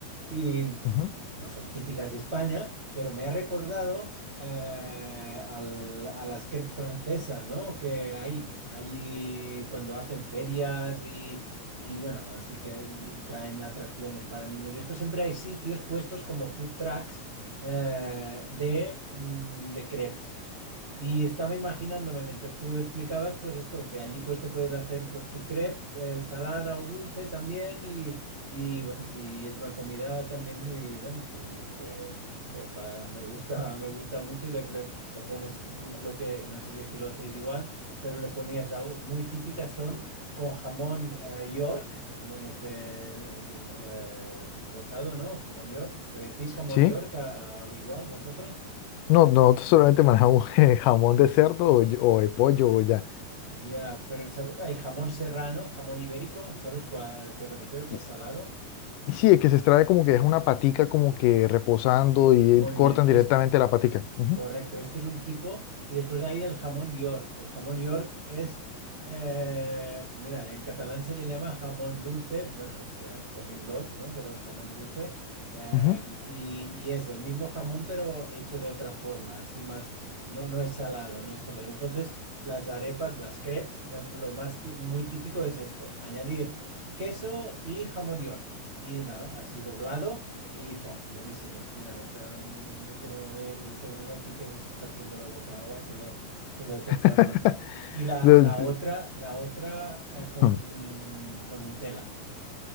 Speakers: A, on the right; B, on the left.
A: Y
B: <laughs> Ujú.
A: no son típicas de España, pero me ha recordado eh, al- a las crepes francesas, ¿no? Que hay, hay cuando hacen ferias y... Y bueno, así que traen atracciones para niños. Esto siempre hay sitios puestos como food trucks eh, de, mm, de crepes. Y estaba imaginándome mientras tú explicabas, pues esto, que allí pues te puedes hacer pues tu crepe, eh, salada o dulce también y, y, bueno, y es una comida también muy, vamos, que, m- que, mm, de pa- <laughs> me gusta, me gusta mucho y le, ple- le pones mm, lo que, no sé si aquí lo hacéis igual, pero le ponías algo muy típicas son con jamón eh, York, jamón este el, eh, rosado, ¿no? Jamón York. ¿Le decís jamón
B: ¿Sí?
A: York a- a- igual vosotros?
B: No, no solamente manejamos <laughs> eh, jamón de cerdo o, y- o de pollo o ya.
A: Ya, pero ¿sabes? Hay jamón serrano, jamón ibérico, ¿sabes cuál- a qué me refiero? Que
B: Y,
A: es salado.
B: y sí, es que se extrae como que es una patica como que reposando y
A: Muy
B: cortan
A: bien. Es,
B: directamente la patica. Ujú,
A: Correcto, este es un tipo. Y después hay el jamón York. El jamón York es, eh, mira, en catalán se le llama jamón dulce, bueno, es eh, pernil dolç, ¿no? Pero jamón dulce. eh,
B: ujú.
A: y, y es el mismo jamón, pero hecho de otra forma, así más, no, no es salado, no es salado. Entonces, las arepas, las crepes, la- lo más ti- muy típico es esto, añadir queso y jamón York. Y nada, así doblado. Y fue buenísimo. Mira, está, mm, yo que no he desayunado aquí, te me está haciendo la boca agua, solo, solo de pensarlo.
B: <laughs>
A: Y la,
B: De-
A: la
B: de-
A: otra, la otra eh, con,
B: Hmm.
A: con Nutella.